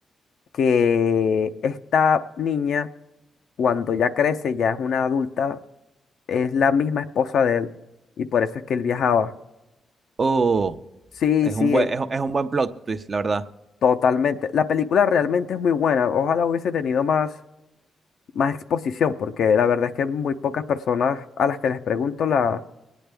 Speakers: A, on the left; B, on the right.
A: que esta niña, cuando ya crece, ya es una adulta, es la misma esposa de él y por eso es que él viajaba.
B: Oh.
A: Sí,
B: Es
A: sí,
B: un buen,
A: eh,
B: es, un- es un buen plot twist, la verdad.
A: totalmente. La película realmente es muy buena. Ojalá hubiese tenido más, más exposición porque la verdad es que muy pocas personas a las que les pregunto la